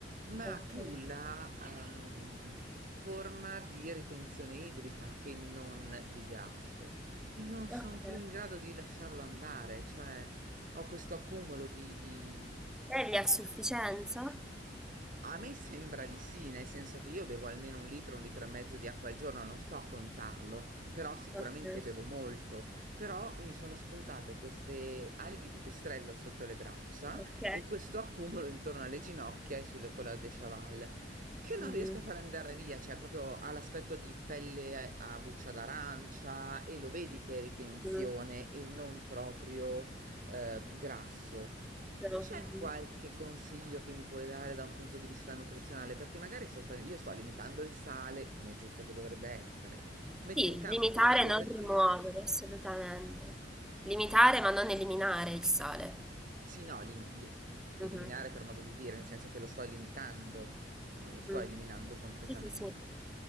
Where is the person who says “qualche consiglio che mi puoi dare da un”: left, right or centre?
Right